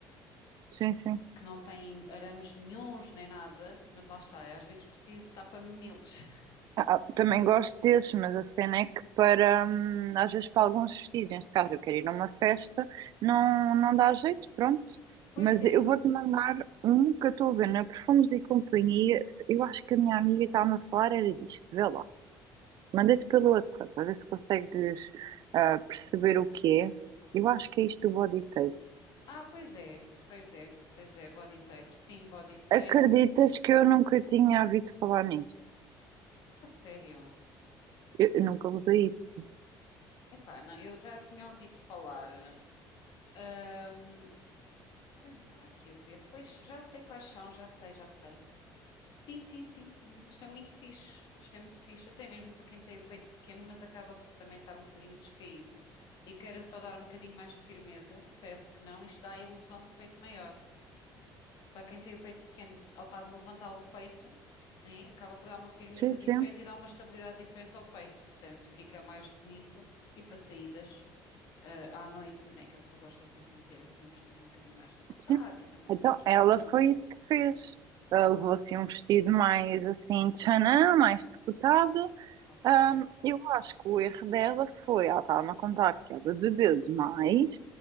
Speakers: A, on the right; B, on the left.
A: Sim, sim.
B: Que não têm arames nenhuns nem nada, mas lá está, eu às vezes preciso de tapa-mamilos. <laughs>
A: Ah, ah, também gosto desses, mas a cena é que para, hum, às vezes para alguns vestidos, neste caso eu quero ir a uma festa, não, não dá jeito, pronto.
B: Pois
A: Mas
B: é,
A: eu vou-te mandar um que eu estou a ver na Perfumes e Companhia. Se- Eu acho que a minha amiga estava a falar era disto, vê lá. Mandei-te pelo WhatsApp, a ver se consegues ah, perceber o que é. Eu acho que é isto do body tape.
B: Ah, pois é, pois é, pois é, body tape. Sim, body tape.
A: Acreditas que eu nunca tinha ouvido falar nisto?
B: A sério.
A: Eu, eu nunca usei isso.
B: Epá, não, eu já tinha ouvido falar. ahm, eu estava aqui a ver. Pois já sei quais são, já sei, já sei. Sim, sim, sim, sim. Isto é muito fixe. Isto é muito fixe. Até mesmo para quem tem o peito pequeno, mas acaba por também estar um bocadinho descaído. E queira só dar um bocadinho mais de firmeza. E parece que não, isto dá a ilusão de peito maior. Para quem tem o peito pequeno, ao estás a levantar o peito, né, acaba por dar uma firmeza
A: Sim,
B: diferente
A: sim.
B: e dá uma estabilidade diferente ao peito, portanto, fica mais bonito. E para saídas, ah, à noite, né, que a pessoa gosta sempre de meter assim um vestido um bocadinho mais decotado
A: Sim.
B: e mais não sei
A: Então,
B: quê,
A: ela
B: né?
A: foi isso que fez. Ela levou assim um vestido mais assim, tchanã, mais decotado.
B: Ok.
A: Ahm, eu acho que o erro dela foi, ela estava-me a contar que ela bebeu demais,